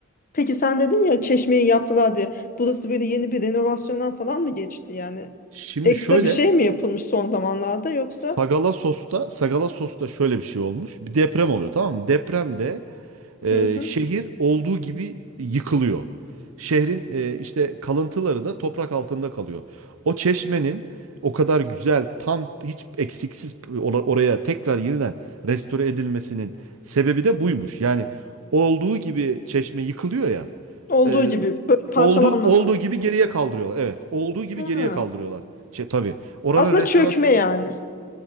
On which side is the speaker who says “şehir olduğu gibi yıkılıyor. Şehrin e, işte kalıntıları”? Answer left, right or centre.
Right